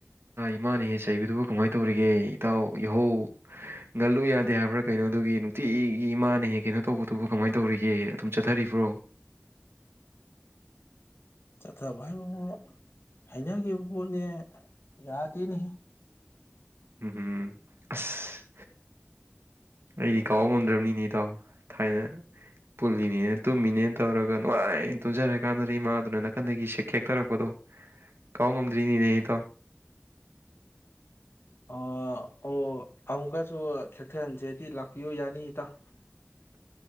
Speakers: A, on the right; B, on the left.
A: ꯏꯃꯥꯅ ꯍꯦꯛꯍꯦꯛ ꯆꯩꯕꯗꯨꯕꯨ ꯀꯃꯥꯏ ꯇꯧꯔꯤꯒꯦ ꯏꯇꯥꯎ ꯌꯥꯍꯧ ꯉꯜꯂꯨ ꯌꯥꯗꯦ ꯍꯥꯏꯕ꯭ꯔ ꯀꯩꯅꯣ ꯑꯗꯨꯒꯤ ꯅꯨꯡꯇꯤꯒꯤ ꯏꯃꯥꯅ ꯍꯦꯛꯍꯦꯛ ꯀꯩꯅꯣ ꯇꯧꯕꯗꯨꯕꯨ ꯀꯃꯥꯏ ꯇꯧꯔꯤꯒꯦ ꯑꯗꯨꯝ ꯆꯠꯊꯔꯤꯕ꯭ꯔꯣ
B: ꯆꯠꯊꯕ ꯍꯥꯏꯕꯕꯨ ꯍꯩꯅꯈꯤꯕ ꯄꯣꯠꯅꯤ ꯌꯥꯗꯦꯅꯦꯍꯦ
A: ꯎꯝꯍꯨꯝ ꯑꯁ ꯑꯩꯗꯤ ꯀꯥꯎ ꯉꯝꯗ꯭ꯔꯝꯅꯤꯅꯦ ꯏꯇꯥꯎ ꯊꯥꯏꯅ ꯄꯨꯜꯂꯤꯅꯦꯅ ꯇꯨꯝꯃꯤꯅꯦꯅ ꯇꯧꯔꯒ ꯅꯨꯉꯥꯏ ꯇꯨꯝꯖꯔꯤ ꯀꯥꯟꯗꯗꯤ ꯏꯃꯥꯗꯨꯅ ꯅꯥꯀꯟꯗꯒꯤ ꯏꯁꯤꯡ ꯈꯤꯛꯊꯔꯛꯄꯗꯣ ꯀꯥꯎ ꯉꯝꯗ꯭ꯔꯤꯅꯤꯅꯦ ꯏꯇꯥꯎ
B: ꯑ ꯑꯣ ꯑꯃꯨꯛꯀꯁꯨ ꯈꯤꯛꯊꯍꯟꯁꯦꯗꯤ ꯂꯥꯛ ꯄꯤꯌꯣ ꯌꯥꯅꯤ ꯏꯇꯥꯎ